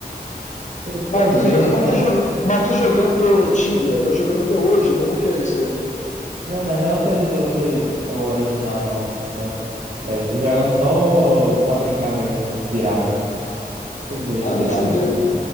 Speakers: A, on the right; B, on the left.
A: Eu
B: Mas
A: também,
B: tu, jo-
A: cara.
B: mas tu jo- mas tu jogando Tibia, tá jogando até hoje, como é que é isso aí?
A: Não, mas não é o servidor pri- o original, não, sabe? É, eu tô jogando só pra brincar mesmo, os pirata. Servidores
B: Ah,
A: pirata
B: nem sabia.
A: que tem.